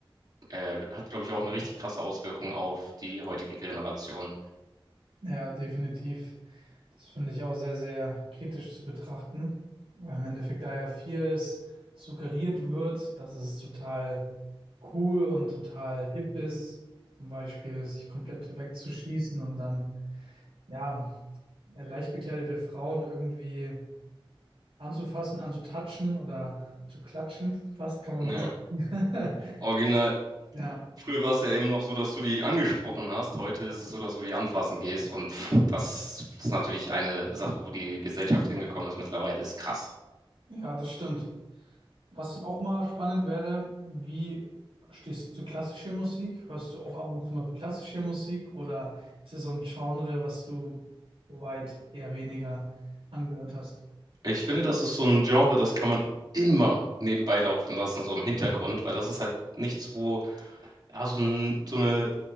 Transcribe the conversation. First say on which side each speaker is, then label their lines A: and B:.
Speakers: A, on the right; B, on the right.
A: äh, hat, glaube ich, auch eine richtig krasse Auswirkung auf die heutige Generation.
B: Ja, definitiv. Das finde ich auch sehr, sehr kritisch zu betrachten, weil im Endeffekt da ja vieles suggeriert wird, dass es total cool und total hip ist, zum Beispiel sich komplett wegzuschießen und dann, ja, leicht bekleidete Frauen irgendwie anzufassen, anzutatschen oder zu klatschen, fast kann man
A: Ja.
B: fast. sagen.
A: Original,
B: <laughs> Ja,
A: Früher war es ja eben noch so, dass du die angesprochen hast. Heute ist es so, dass du die anfassen gehst. Und pff, das ist natürlich eine Sache, wo die Gesellschaft hingekommen ist mittlerweile, ist krass.
B: ja, das stimmt. Was auch mal spannend wäre, wie stehst du zu klassischer Musik? Hörst du auch ab und zu mal so klassische Musik oder ist es so ein Genre, was du soweit eher weniger angehört hast?
A: Ich finde, das ist so ein Genre, das kann man immer nebenbei laufen lassen, so im Hintergrund, weil das ist halt nichts, wo ja, so, ein, so eine